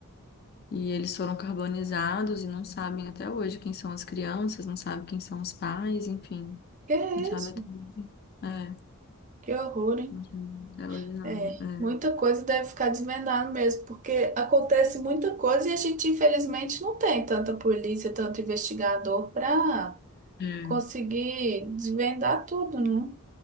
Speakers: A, on the left; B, on the right.
A: E eles foram carbonizados e não sabem até hoje quem são as crianças, não sabem quem são os pais, enfim.
B: Que é
A: Sabe?
B: isso?
A: eu tô- É,
B: Que horror, hein?
A: uhum, é ordinário.
B: É, muita coisa deve ficar desvendada mesmo, porque acontece muita coisa e a gente, infelizmente, não tem tanta polícia, tanto investigador para
A: É, é,
B: conseguir desvendar tudo, não?